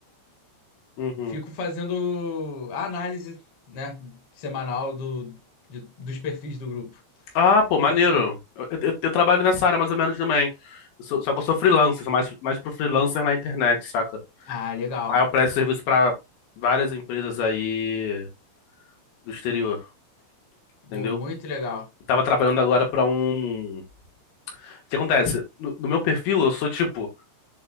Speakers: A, on the left (about 70°); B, on the left (about 40°).
A: Uhum.
B: fico fazendo a análise, né, semanal do, de- dos perfis do grupo.
A: Ah, pô, maneiro.
B: E você?
A: Eu, eu- eu trabalho nessa área mais ou menos também. Eu sou- só que eu sou freelancer, sou mais, mais pro freelancer na internet, saca?
B: Ah, legal.
A: Aí eu presto serviço pra várias empresas aí do exterior, entendeu?
B: Pô, muito legal.
A: Eu Tava trabalhando agora pra um. O que acontece? No, no meu perfil, eu sou tipo.